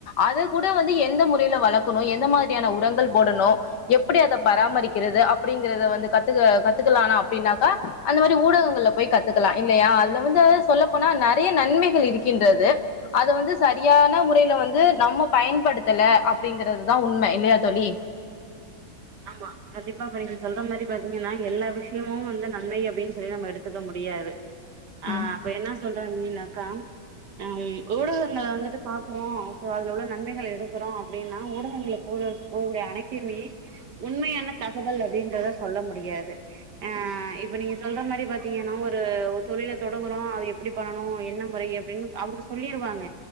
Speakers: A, on the left; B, on the right.
A: அத கூட வந்து எந்த முறையில வளர்க்கணு எந்த மாதிரியான உரங்கள் போடணு எப்டி அத பராமரிக்கிறது அப்டிங்கறத வந்து கத்துக்க கத்துக்கலானா அப்டின்னாக்கா அந்த மாதிரி ஊடகங்கள்ல போய் கத்துக்கலா இல்லையா அதுல வந்து சொல்லப்போனா நெறய நன்மைகள் இ இருக்கின்றது அத வந்து சரியான முறையில வந்து நம்ம பயன்படுத்தல அப்டிங்கறதுதா உண்ம இல்லையா தோழி
B: ஆமா கண்டிப்பா இப்ப நீங்க சொல்ற மாரி பாத்தீங்கன்னா எல்லா விஷயமு வந்து நன்மை அப்டின்னு சொல்லி நம்ம எடுத்துக்க முடியாது ஆஹ்
A: ம்
B: அப்ப என்ன சொல்றே அப்டீனாக்கா உஹ் ஊடகங்கள வந்துட்டு பாக்குறோ சோ அதுல உள்ள நன்மைகள் எடுக்கறோ அப்டின்னா ஊடகங்கள்ல போக போகூடிய அனைத்தையுமே உண்மையான தகவல் அப்டின்றத சொல்ல முடியாது ஆஹ் இப்ப நீங்க சொல்ற மாரி பாத் தீங்கன்னா ஒரு ஒரு தொழில தொடங்கறோ அது எப்டி பண்ணனு என்ன முறை அப்டின்னு அவங்க சொல்லிருவாங்க